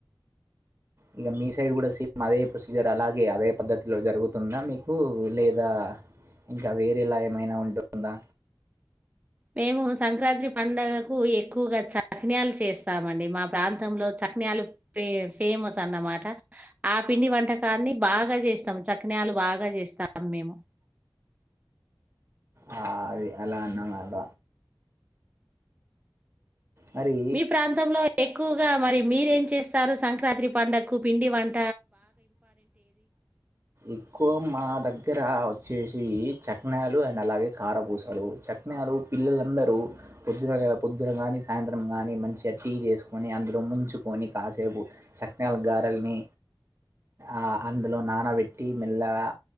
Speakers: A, on the right; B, on the right.
A: ఇగ మీ సైడ్ గూడా సేమ్ అదే ప్రొసీజర్ అలాగే అదే పద్ధతిలో జరుగుతుందా మీకు లేదా ఇంకా వేరేలా ఏమైనా ఉంటుందా.
B: మేము సంక్రాంతి పండుగకు ఎక్కువగా చకినాలు చేస్తాం అండి మా ప్రాంతంలో చకినాలు ఫే ఫేమస్ అన్నమాట. ఆ పిండి వంటకాన్ని బాగా చేస్తాము. చకినాలు బాగా చేస్తాం మేము.
A: ఆ అవి అలా అన్నమాట. మరి
B: మీ ప్రాంతంలో ఎక్కువగా మరి మీరేం చేస్తారు సంక్రాంత్రి పండుగ కు పిండి వన్
A: ఎక్కువ మా దగ్గ దగ్గర వచ్చేసి చకినాలు అండ్ అలాగే కారపూసలు. చక్నాలు పిల్లలందరూ పొద్దున పొద్దున కానీ సాయంత్రం కానీ మంచిగా టీ చేసుకొని అందులో ముంచుకొని కాసేపు సకినాలు, గారెల్ని ఆ అందులో నానబెట్టి మెల్లగా